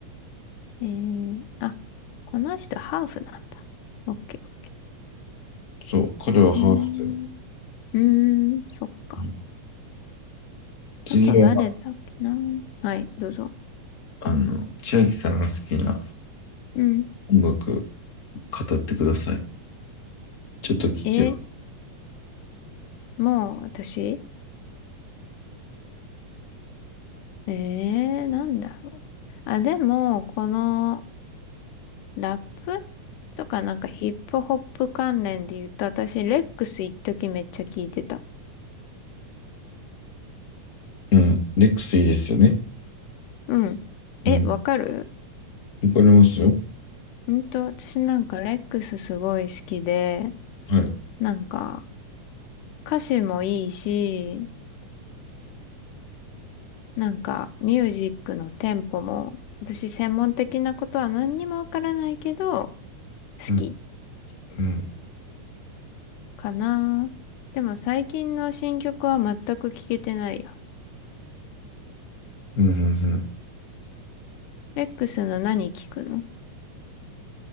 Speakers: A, on the left; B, on the left.
A: う。えー、あ、この人ハーフなんだ。オッケー。
B: そう、彼はハーフだよ。
A: うーん、うーん、そっか。
B: うん次は、
A: あと誰だっけな。はい、どうぞ。
B: あの、千秋さんが好きな
A: うん。
B: 音楽、語ってください。ちょっと聞きよ
A: え、もう私ええー、なんだろう。あ、でも、このラップとかなんかヒップホップ関連で言うと、私、レックス一時めっちゃ聞いてた。
B: う。うん。レックスいいですよね。
A: うん。
B: うん。
A: え、わかる
B: わかりますよ。
A: うんと、私なんかレックスすごい好きで、
B: はい。
A: なんか歌詞もいいし、なんかミュージックのテンポも、私専門的なことは何にもわからないけど、好
B: うん。
A: き
B: うん。
A: かな。でも最近の新曲は全く聞けてないや。
B: うん。うんうん
A: レックスの何聞くの